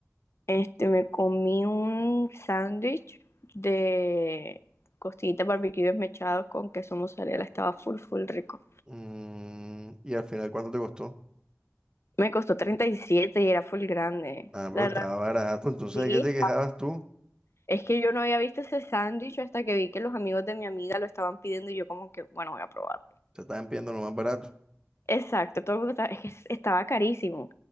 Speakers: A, on the left (about 55°); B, on the right (about 15°).
A: Este, me comí un sándwich de costillitas barbecue desmechados con queso mozzarella, estaba full, full rico.
B: Mm, y al final, ¿cuánto te costó?
A: Me costó 37 y era full grande.
B: Ah,
A: La
B: pero
A: verdad,
B: estaba barato, entonces,
A: sí.
B: ¿de qué te quejabas tú?
A: Es que yo no había visto ese sándwich hasta que vi que los amigos de mi amiga lo estaban pidiendo y yo como que, bueno, voy a probar.
B: Te estaban pidiendo lo más barato.
A: Exacto, todo el mundo estaba, es que estaba carísimo.